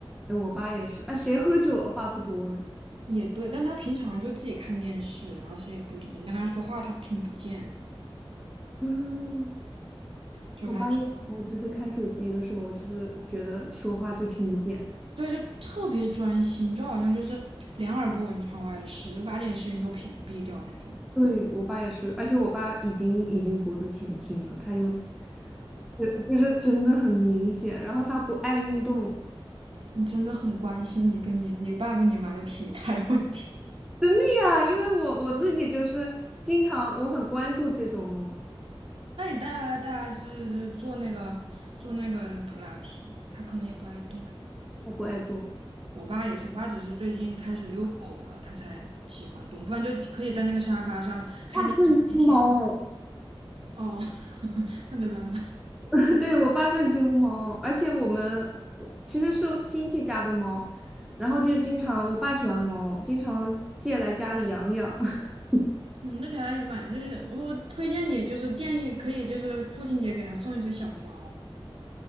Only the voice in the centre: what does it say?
哎，我爸也是。哎，谁喝酒的话不多呢？
<laughs> 嗯，
我爸有时候就是看手机的时候，就是觉得说话就听不见。
对，我爸也是，而且我爸已经已经脖子前倾了，他就就就是真的很明显。然后他不爱运动，
真的呀，因为我我自己就是经常我很关注这种，
他不爱动。
大顺之猫。
<laughs> 对，我爸是流氓，而且我们我其实是亲戚家的猫，然后就经常我爸喜欢猫，经常借来家里养养。<laughs>